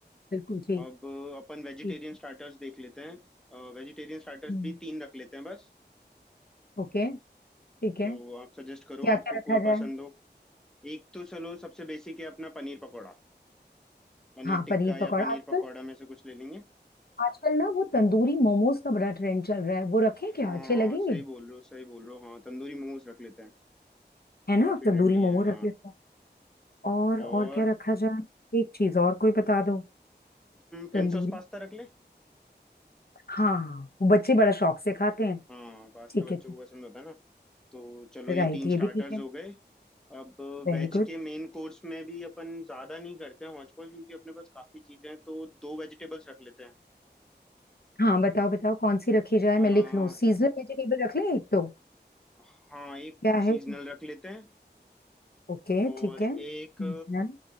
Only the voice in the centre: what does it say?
अब अपन वेजिटेरियन
स्टार्टर्स देख लेते हैं वेजिटेरियन स्टार्टर्स
भी तीन रख लेते हैं बस
तो आप सजेस्ट करो
आपको
कोई
पसंद हो एक तो चलो सबसे बेसिक है अपना पनीर पकौड़ा पनीर
टिक्का
या
पनीर
पकौड़ा में से कुछ ले लेंगे
हाँ
सही बोल रहे हो सही बोल रहे हो हाँ तंदूरी मोमोज रख लेते हैं
काफी
ट्रेंडी
है हाँ
और
पिंक
सॉस पास्ता रख ले
हाँ पास्ता
बच्चों
को पसंद होता है ना तो चलो
ये तीन
स्टार्टर्स
हो गए अब
वेज
के मेन कोर्स में भी अपन ज्यादा नहीं करते हैं हॉच पॉच क्योंकि अपने पास काफी चीजें हैं तो दो वेजिटेबल्स रख लेते हैं
आ,
हाँ एक
सीजनल
रख लेते हैं
और
एक